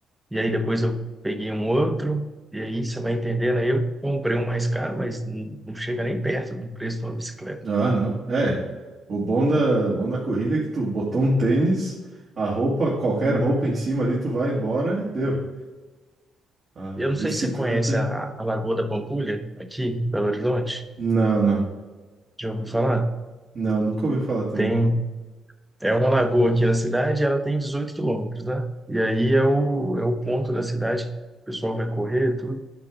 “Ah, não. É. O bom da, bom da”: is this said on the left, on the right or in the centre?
Right